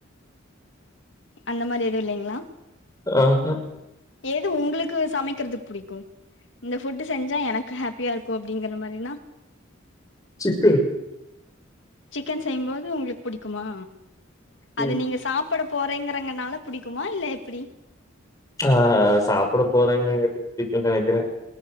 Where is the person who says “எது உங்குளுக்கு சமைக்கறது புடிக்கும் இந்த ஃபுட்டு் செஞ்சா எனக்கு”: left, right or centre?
Left